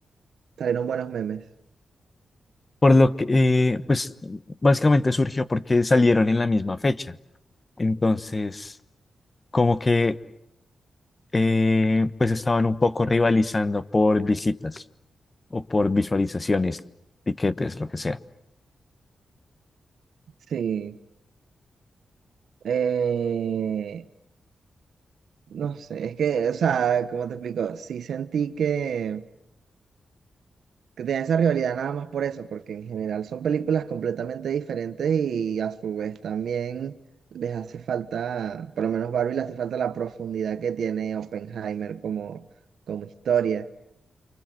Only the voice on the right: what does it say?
salieron buenos memes.
Sí. Eh, No sé, es que, o sea, ¿cómo te explico? Sí sentí que, que tenía esa rivalidad nada más por eso, porque en general son películas completamente diferentes y a su vez también les hace falta, por lo menos Barbie le hace falta la profundidad que tiene Oppenheimer como, como historia.